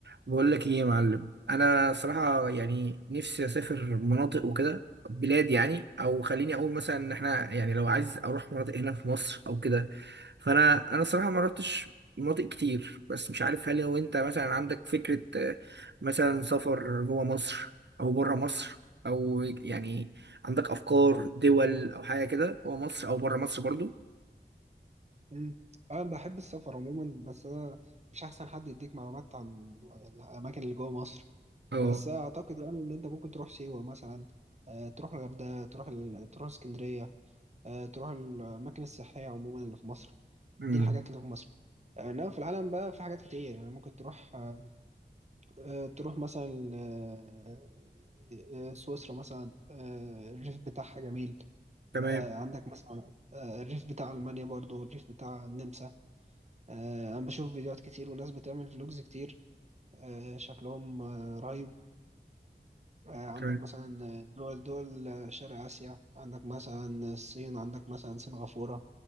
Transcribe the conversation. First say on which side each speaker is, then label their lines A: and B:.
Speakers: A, on the right; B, on the right.
A: بقول لك ايه يا معلم انا صراحه يعني نفسي اسافر مناطق وكده بلاد يعني او خليني اقول مثلا ان احنا يعني لو عايز اروح مناطق هنا في مصر او كده فانا انا صراحه ما رحتش مناطق كتير بس مش عارف هل لو انت مثلا عندك فكره آه، مثلا سفر جوه مصر او بره مصر او يعني عندك افكار دول او حاجه كده جوه مصر او بره مصر برضو
B: مم. انا بحب السفر عموما بس انا مش احسن حد يديك معلومات عن الاماكن اللي جوه مصر
A: اه
B: بس اعتقد يعني ان انت ممكن تروح سيوه مثلا آه، تروح الغردقه تروح ال... تروح اسكندريه آه، تروح الاماكن السياحيه عموما اللي في مصر
A: امم
B: دي الحاجات اللي في مصر آه، انما في العالم بقى في حاجات كتير يعني ممكن تروح آه، آه، تروح مثلا آه، آه، سويسرا مثلا آه، الريف بتاعها جميل
A: تمام
B: آه، عندك مثلا آه، الريف بتاع المانيا برضو الريف بتاع النمسا آه، انا بشوف فيديوهات كتير وناس بتعمل فلوجز كتير آه، شكلهم آه، رهيب آه، عندك
A: تمام
B: مثلا آه، دول دول آه، شرق آسيا عندك مثلا آه، الصين عندك مثلا سنغافورة